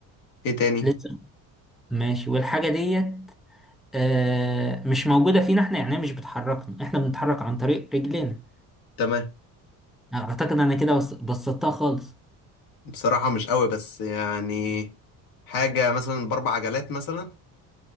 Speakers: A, on the left; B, in the centre.
A: ايه تاني
B: لسه ماشي والحاجه ديت آه، مش موجودة فينا احنا يعني هي مش بتحركنا احنا بنتحرك عن طريق رجلينا
A: تمام
B: يعني اعتقد انا كده بس- بسطتها خالص
A: بصراحة مش قوي بس يعني حاجة مثلا بأربع عجلات مثلا